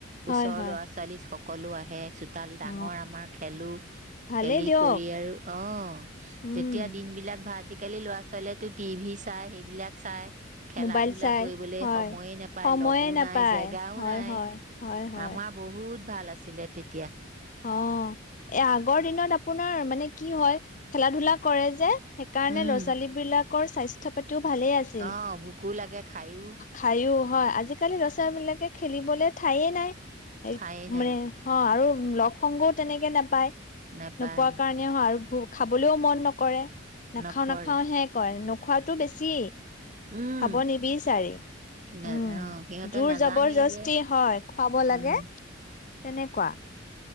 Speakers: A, on the right (about 40°); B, on the left (about 40°).
A: ওচৰৰ
B: হয় হয়
A: ল'ৰা ছোৱালী সকলো আহে চুত তাল ডাঙৰ
B: অ
A: আমাৰ খেলোঁ,
B: ভালেই
A: খেলি
B: দিয়ক
A: কৰি আৰু অহ,
B: উম
A: যেতিয়া দিন বিলাক ভা, আজি আজিকালি ল'ৰা ছোৱালীয়েতো টি ভি চায়, সেইবিলাক চায় খেলা-ধূলা
B: মোবাইল চাই,
A: কৰিবলৈ
B: হয়।
A: সময়ে নোপায়,
B: সময়ে
A: লগো
B: নাপায়।
A: নাই, জেগাও
B: হয়,
A: নাই।
B: হয়, হয়, হয়।
A: আমাৰ বহুত ভাল আছিলে তেতিয়া।
B: অহ, এ আগৰ দিনত আপোনাৰ মানে কি হয় খেলা-ধূলা কৰে যে সেইকাৰণে
A: উম
B: ল'ৰা ছোৱালী বিলাক কৰ স্বাস্থ্য পাতি টো ভালে আছিল।
A: অ', ভোকো লাগে খায়ো
B: খাইও হয়, আজিকালি ল ছোৱালী বিলাকে খেলিবলৈ ঠাইে নাই। এই
A: ঠায়ে নাই
B: মানে অহ, আৰু উম লগ সংগও তেনেকে নাপায়।
A: নেপায়
B: নোপোৱা কাৰণেও হয় আৰু খাবলৈও মন নকৰে। নাখাও
A: নকৰে
B: নাখাও হে কয়, নুক খোৱাটো বেছি।
A: উম
B: খাব নিবিচাৰি,
A: নে
B: উম।
A: অ', সিহঁতে
B: জোৰ
A: নাজানেই
B: জবৰজস্তি,
A: যে
B: হয় খুৱাব লাগে।
A: উম
B: তেনেকুৱা।